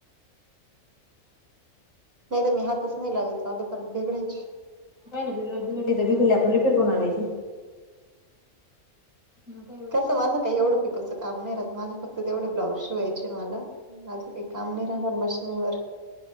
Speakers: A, on the right; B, on the left.
A: नाही तर मी हातच नाही लावीत परत बिक्घडायची
B: काहिला बिघड बिडली तर बिघडली आपण रिेअर करून आणयचं मग काय एवढं
A: तसे माझं काही एवढं पिकोच काम नाही राहत माझे फक्त तेवढे ब्लाउज शिवायचे मला माझं काही काम नाही राहणार मशीनीवर